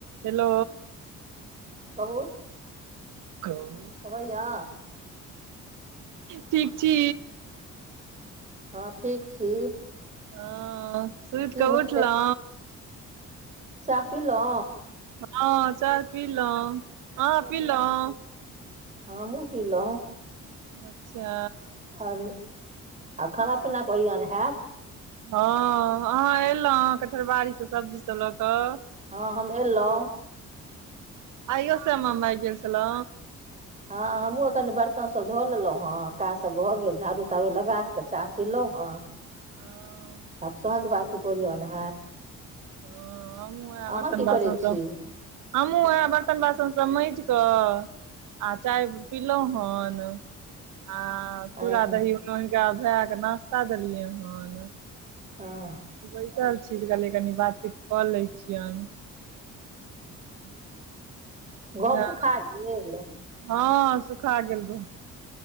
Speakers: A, on the right; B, on the right.
A: हेलो
B: कहू
A: कहु
B: कबड़िया
A: ठीक छी
B: हँ ठीक छी
A: ह सुहित
B: की
A: क
B: भेलै
A: उठलो
B: चाह पिलौ
A: हँ चाह पीलहुँ हँ पिलहुँ
B: हमहु पिलो
A: अच्छा
B: आर आ खाना पीना के ओरिआन हैत
A: हँ अहाँ एलहुँ कटहलबाड़ी सँ सब्जी सब लऽ कऽ
B: हँ हम एलौ
A: अइयो श्यमा माइ गेल छलो
B: हँ हमहूँ कनि बर्तनसभ धो लेलहुँ हँ काज सभ भऽ गेल झाड़ू ताड़ू लगा कऽ चाह पलहुँ हँ
A: हँ
B: आब साँझ बाति के ओरियान हैत
A: ह हमु सब ह
B: अहाँ
A: बर्तन
B: की
A: बासन
B: करै छी
A: हमहुूँ वएह बर्तन बासन सब माइज कऽ आ चाय पीलो हन आ
B: हँ
A: चूड़ा दही हुनका भए क नाास्ता देलियै हन
B: हँ
A: बैसल छी तऽ कहलिय कनि बातचीत कऽ लै छियन <inaudible>
B: गहुम
A: हँ
B: सुखा गेल
A: हँ सुखा गेल गेहू